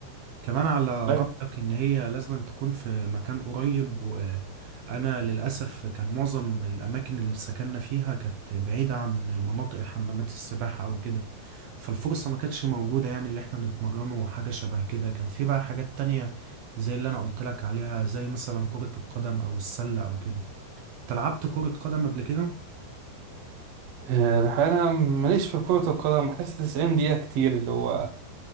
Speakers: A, on the right; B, on the right.
A: كمان على
B: طيب.
A: رأيك إن هي لازم تكون في مكان قريب وأنا للأسف كان معظم الأماكن اللي سكننا فيها كانت بعيدة عن المناطق الحمامات السباحة أو كده فالفرصة ما كانتش موجودة يعني اللي إحنا نتمرن وحاجة شبه كده كان في بقى حاجات تانية زي اللي أنا قلت لك عليها زي مثلا كرة القدم أو السلة أو كده أنت لعبت كرة قدم قبل كده؟
B: آه، الحقيقة أنا ماليش في كرة القدم بحس 90 دقيقة كتير اللي هو